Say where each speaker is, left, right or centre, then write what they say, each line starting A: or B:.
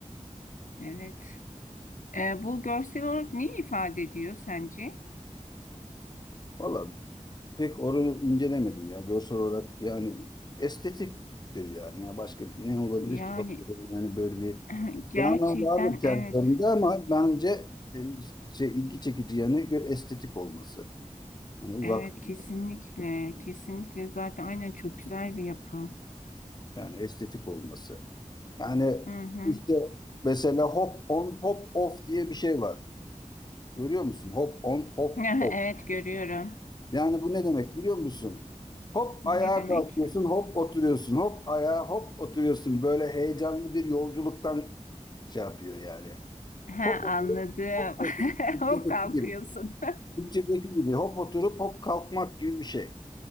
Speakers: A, on the left (about 85°); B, on the left (about 35°).
A: Evet. Ee, bu görsel olarak neyi ifade ediyor sence?
B: Valla pek onu incelemedim ya görsel olarak yani estetiktir yani. Ya başka ne olabilir
A: Yani
B: ki yani böyle bir
A: <clears throat> gerçekten
B: bir anlam vardır kendilerinde
A: evet.
B: ama bence e, şey ilgi çekici yanı gö- estetik olması. Yani uzak
A: Evet
B: değil.
A: kesinlikle. Kesinlikle zaten aynen çok güzel bir yapı.
B: yani estetik olması. Yani
A: Hı hı.
B: işte mesela hop on hop off diye bir şey var. Görüyor musun? Hop on hop
A: <laughs>
B: off.
A: Evet görüyorum.
B: Yani bu ne demek biliyor musun? Hop
A: Ne
B: ayağa
A: demek?
B: kalkıyorsun, hop oturuyorsun, hop ayağa hop oturuyorsun. Böyle heyecanlı bir yolculuktan şey yapıyor yani.
A: Ha
B: Hop oturup
A: anladım.
B: hop oturup
A: <laughs>
B: Türkçedeki
A: Hop kalkıyorsun.
B: gibi. Türkçedeki gibi hop oturup hop kalkmak gibi bir şey.